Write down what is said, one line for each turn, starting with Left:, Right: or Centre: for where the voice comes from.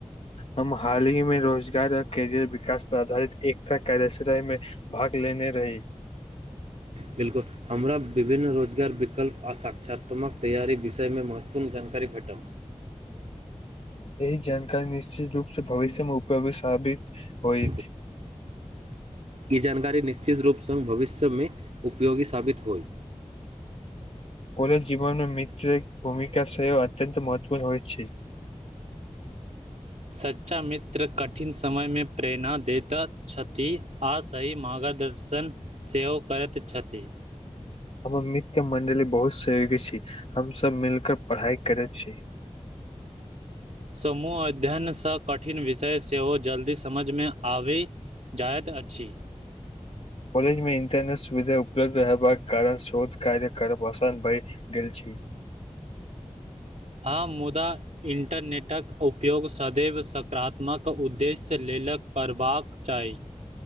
Left: हम हालहि मे रोजगार आओर कैरियर विकास पर आधारित एकटा कार्यशराय मे भाग लेने रही
Right: बिल्कुल हमरा विभिन्न रोजगार विकल्प आ साक्षात्मक तैयारी विषयमे महत्वपूर्ण जानकारी भेटल
Left: एहि जानकारी निश्चित रूप सँ भविष्य मे उपयोगी साबित होइ
Right: <inaudible> ई जानकारी निश्चित रूपसँ भविष्यमे उपयोगी साबित होइ
Left: कॉलेज जीवनो मे मित्रक भूमिका सेहो अत्यंत महत्वपूर्ण होइत छै
Right: सच्चा मित्र कठिन समयमे प्रेरणा दैत छथि आ सही मार्गद सन सेहो करैत छथि
Left: हमर मित्र मंडली बहुत सहयोगी छी हम सब मिलक पढ़ाई करे छी
Right: समूह अध्ययनसँ कठिन विषय सेहो जल्दी समझमे आबी जायत अछि
Left: कॉलज मे इंटरनेट सुविधा उपलब्ध रहबाक कारण शोध कार्य करब असान भैय गेल छी
Right: हँ मुदा इन्टरनेटक उपयोग सदैव सकारात्मक उद्देश्य लेलक करबाक चाही